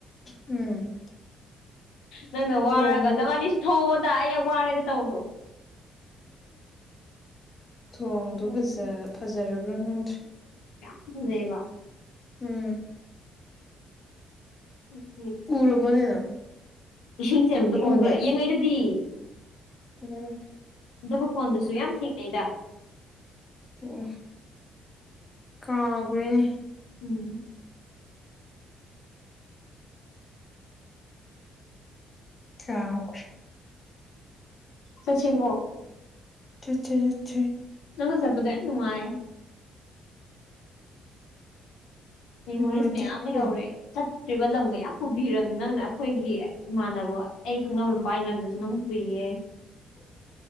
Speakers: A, on the left; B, on the left.
A: ꯎꯝ
B: ꯅꯪꯅ
A: ꯊꯣꯡꯗꯣ
B: ꯋꯥꯔꯒ ꯇꯕꯥꯅꯤꯁꯨ ꯊꯧꯕꯗ ꯑꯩ ꯋꯥꯔꯦꯗ ꯇꯧꯕꯗꯣ
A: ꯊꯣꯡꯗꯨꯣ
B: ꯑꯗꯣ,
A: ꯐꯖ
B: ꯎꯝ,
A: ꯐꯖꯔꯕ꯭ꯔꯥ ꯈꯪꯗ꯭ꯔꯦ
B: ꯑꯗꯨꯗꯕ
A: ꯎꯝ
B: ꯎ
A: ꯎꯔꯕꯣꯅꯦ ꯅꯪ
B: ꯏꯁꯤꯡꯁꯦ ꯑꯃꯝꯇ
A: ꯐꯣꯟꯗ
B: ꯎꯈ꯭ꯔꯥ ꯌꯦꯡꯉꯩꯗꯨꯗꯤ
A: ꯎꯝ
B: ꯑꯗꯨꯒ ꯐꯣꯟꯗꯨꯁꯨ ꯌꯥꯝ ꯊꯦꯡꯅꯩꯗ
A: ꯑꯣ ꯀꯥꯎꯈꯣꯏꯅꯤ
B: ꯎꯝ
A: ꯑ
B: ꯁꯆꯤꯡ ꯑꯣꯣ
A: ꯠꯠ
B: ꯆ ꯇꯗꯥꯏ ꯅꯅꯨꯡꯉꯥꯏ ꯃꯦꯃꯣꯔꯤꯁꯅꯦꯌꯥꯝꯅꯦ
A: ꯅꯨꯡꯉꯥꯏꯇ꯭ꯔꯗꯤ ꯀꯩꯅꯣ
B: ꯍꯧꯧꯔꯦꯠ ꯠꯇ꯭ꯔꯤꯕ ꯂꯝꯒ ꯌꯥꯝ ꯄꯨꯕꯤꯔꯕꯅꯤ ꯅꯪꯅ ꯑꯩꯈꯣꯏꯒꯤ ꯏꯃꯥꯟꯅꯕ ꯑꯩ ꯈꯪꯅꯕ ꯅꯨꯄꯥꯒꯤ ꯂꯝꯗꯁꯨ ꯅꯪ ꯀꯨꯏꯌꯦ